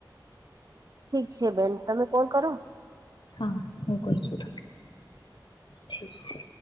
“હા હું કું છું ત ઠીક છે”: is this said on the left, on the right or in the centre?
Left